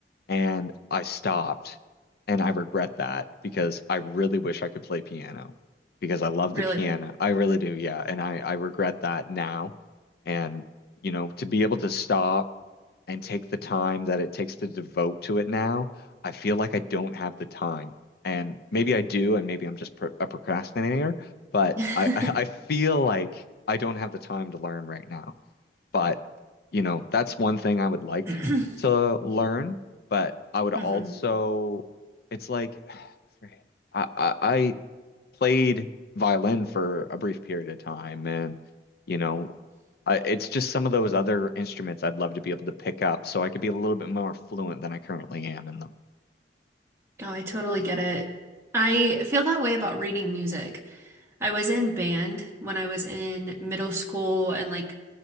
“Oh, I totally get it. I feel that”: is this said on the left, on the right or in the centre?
Right